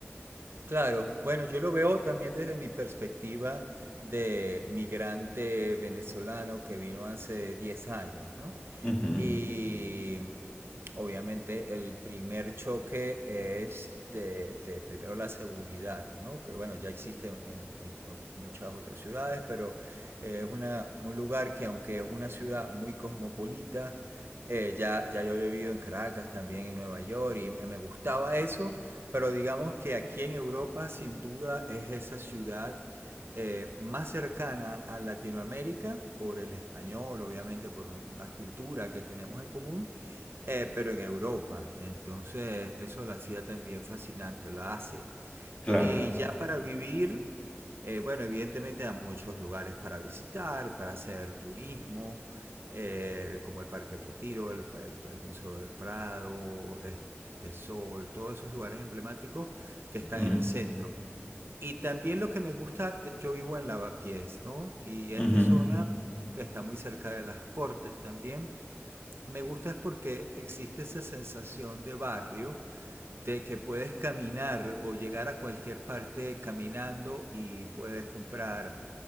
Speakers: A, on the right (about 60°); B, on the left (about 25°).
A: claro. Bueno, yo lo veo también desde mi perspectiva de migrante venezolano que vino hace 10 años, ¿no?
B: Ujú,
A: Y obviamente el primer choque es de, de primero la seguridad, ¿no? Que bueno, ya existe en, en- muchas otras ciudades, pero eh, es una, un lugar que aunque es una ciudad muy cosmopolita, eh, ya, ya yo había vivido en Caracas también, en Nueva York, y eh, me gustaba eso, pero digamos que aquí en Europa sin duda es esa ciudad eh, más cercana a Latinoamérica, por el español, obviamente, por una cultura que tenemos en común, eh, pero en Europa. Entonces, eso la hacía también fascinante, la hace.
B: claro.
A: Y ya para vivir, eh, bueno, evidentemente hay muchos lugares para visitar, para hacer turismo, eh, como el Parque del Retiro, el, el- el Museo del Prado, este Sol, todos esos lugares emblemáticos que están
B: Ujú,
A: en el centro. Y también lo que me gusta, de- yo vivo en Lavapiés, ¿no? Y esta
B: ujú,
A: zona, que está muy cerca de las Cortes también, me gusta es porque existe esa sensación de barrio, de que puedes caminar o llegar a cualquier parte caminando y puedes comprar